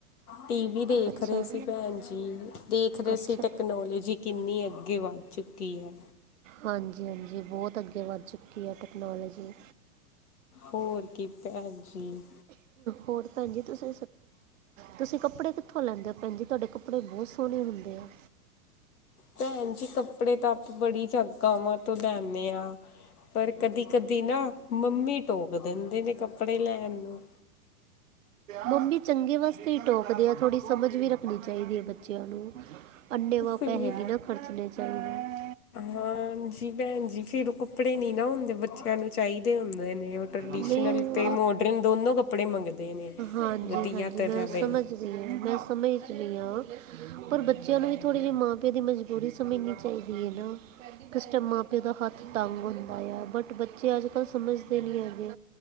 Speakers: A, on the left (about 85°); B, on the right (about 60°).
A: ਟੀਵੀ ਦੇਖ
B: ਅੱਛਾ
A: ਰਏ ਸੀ ਭੈਨ ਜੀ, ਦੇਖ ਰਏ
B: ਅੱਛਾ
A: ਸੀ ਟੈਕਨੋਲਜੀ ਕਿੰਨੀ ਅੱਗੇ ਵੱਧ ਚੁੱ ਕੀ ਐ।
B: ਹਾਂਜੀ- ਹਾਂਜੀ, ਬੌਤ ਅੱਗੇ ਵੱਧ ਚੁੱਕੀ ਐ ਟੈਕਨੋਲਜੀ।
A: ਹੋਰ, ਕੀ ਭੈਨ ਜੀ।
B: ਹੋਰ ਭੈਂਜੀ ਤੁਸੀ ਤੁਸੀ ਕੱਪੜੇ ਕਿੱਥੋਂ ਲੈਂਦੇ ਓ ਭੈਂਜੀ, ਤੁਆਡੇ ਕੱਪੜੇ ਬੌਤ ਸੋਨੇ ਹੁੰਦੇ ਆ।
A: ਭੈਂਜੀ ਕੱਪੜੇ ਤਾਂ, ਆਪਾਂ ਬੜੀ ਜਗਾਵਾਂ ਤੋਂ ਲੈਂਨੇ ਆਂ। ਪਰ ਕਦੀ-ਕਦੀ ਨਾ, ਮੰਮੀ ਟੋਕ ਦੇਂਦੇ ਨੇ ਕੱਪੜੇ ਲੈਨ ਨੂੰ।
B: ਮੰਮੀ ਚੰਗੇ ਵਾਸਤੇ ਈ ਟੋਕਦੇ ਆ, ਥੋੜ੍ਹੀ ਸਮਝ ਵੀ ਰੱਖਨੀ ਚਾਈਦੀ ਐ ਬੱਚੇਆਂ ਨੂੰ। ਅੰਨੇ ਵਾ
A: ਫਿਰ
B: ਪੈਸੇ ਨੀਂ ਨਾ ਖਰਚਨੇ ਚਾਈਦੇ।
A: ਹਾਂਜੀ, ਭੈਣ ਜੀ ਫਿਰ ਰੁਕ ਕੱਪੜੇ ਨੀਂ ਨਾ ਹੁੰਦੇ, ਬੱਚੇਆਂ ਨੂੰ ਚਾਈਦੇ ਹੁੰਦੇ ਨੇ, ਓ ਟਰਡੀਸ਼ਨਲ
B: ਨਹੀਂ
A: ਤੇ ਮੋਡਰਨ ਦੋਨੋਂ ਕੱਪੜੇ ਪੜੇ ਮੰਗਦੇ ਨੇ।
B: ਹਾਂਜੀ-ਹਾਂਜੀ,
A: ਵਧੀਆ ਤਰ੍ਹਾਂ
B: ਮੈਂ
A: ਦੇ
B: ਸਮਝ ਰਈ ਆਂ, ਮੈਂ ਸਮਝ ਰਈ ਆਂ। ਪਰ ਬੱਚਿਆਂ ਨੂੰ ਵੀ ਥੋੜੀ ਜਈ ਮਾਂ-ਪਿਓ ਦੀ ਮਜਬੂਰੀ ਸਮਝਣੀ ਚਾਈਦੀ ਐ ਨਾ। ਕਿਸੇ ਟੈਮ ਮਾਂ-ਪਿਓ ਦਾ ਹੱਥ ਤੰਗ ਹੁੰਦਾ ਯਾ ਬਟ ਬੱਚੇ ਅੱਜ-ਕੱਲ੍ਹ ਸਮਝਦੇ ਨਈ ਹੈਗੇ।